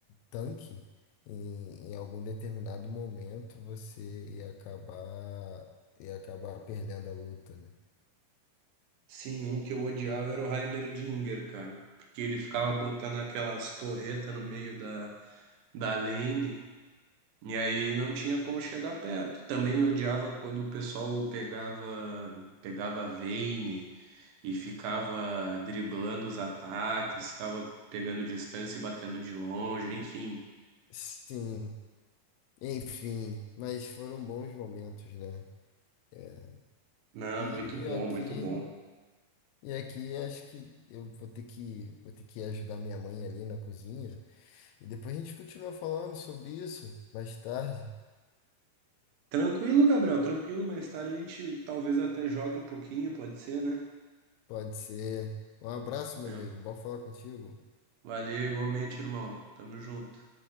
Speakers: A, on the left; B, on the right.
A: tanque, em, em algum determinado momento você ia acabar e acabar perdendo a luta, né?
B: Sim, um que eu odiava era o Heimerdinger, cara. Porque ele ficava botando aquelas torretas no meio da, da lane. E aí não tinha como chegar perto. Também eu odiava quando o pessoal pegava pegava a Vayne e ficava driblando os ataques, ficava pegando distância e batendo de longe, enfim.
A: Sim, enfim, mas foram bons momentos, né? É,
B: Não,
A: E
B: muito bom,
A: aqui,
B: muito bom.
A: e aqui acho que eu vou ter que, vou ter que ajudar minha mãe ali na cozinha. E depois a gente continua falando sobre isso mais tarde.
B: Tranquilo, Gabriel, tranquilo. Mais tarde a gente talvez até jogue um pouquinho, pode ser, né?
A: Pode ser. Um abraço, meu
B: É,
A: amigo. Bom falar contigo.
B: Valeu, igualmente, irmão. Tamo junto.